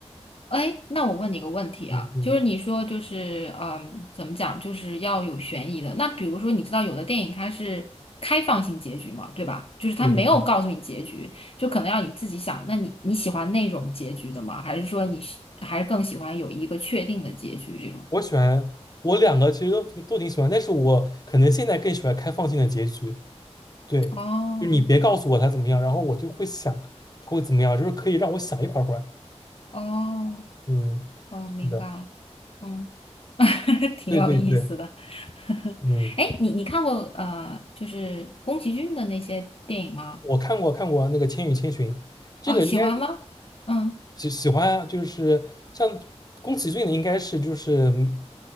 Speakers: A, on the left; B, on the left.
A: 哎，那我问你个问题啊，
B: 嗯嗯，
A: 就是你说就是嗯，怎么讲，就是要有悬疑的。那比如说，你知道有的电影它是开放性结局嘛，对吧？就是它没有告诉你结局，
B: 对对对。
A: 就可能要你自己想。那你你喜欢那种结局的吗？还是说你喜还是更喜欢有一个确定的结局这种？
B: 我喜欢我两个其实都挺都挺喜欢，但是我可能现在更喜欢开放性的结局。对，
A: 哦。
B: 就你别告诉我他怎么样，然后我就会想他会怎么样，就是可以让我想一会儿会儿。
A: 哦，
B: 嗯，
A: 哦，明白了，
B: 是的，
A: 嗯，<laughs> 挺有意思的。
B: 对对对，
A: <laughs>
B: 嗯，
A: 哎你你看过呃，就是宫崎骏的那些电影吗？
B: 我看过看过那个《千与千寻》，这个应该是
A: 啊，喜欢吗？嗯
B: 喜喜欢啊就是像宫崎骏的，应该是就是嗯